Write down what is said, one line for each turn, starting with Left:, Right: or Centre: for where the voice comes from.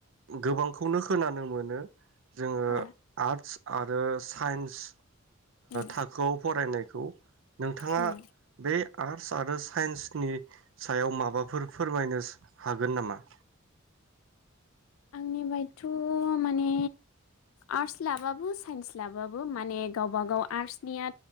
Right: गोबां खौनो खोनानो मोनो जोङो
Left: औ
Right: आर्टस आरो साइन्स
Left: उम
Right: थाखोआव फरायनायखौ नोंथाङा
Left: उम
Right: बे आर्टस आरो साइन्सनि सायाव माबाफोर फोरमायनो हागोन नामा।
Left: आंनि बायथ' माने आर्टस लाबाबो साइन्स लाबाबो माने गावबा गाव आर्टसनिया